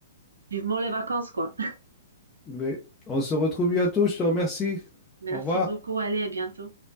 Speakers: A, on the right; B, on the left.
A: Vivement les vacances, quoi.
B: Mais on se retrouve bientôt. Je te remercie.
A: Merci
B: Au revoir.
A: beaucoup. Allez, à bientôt.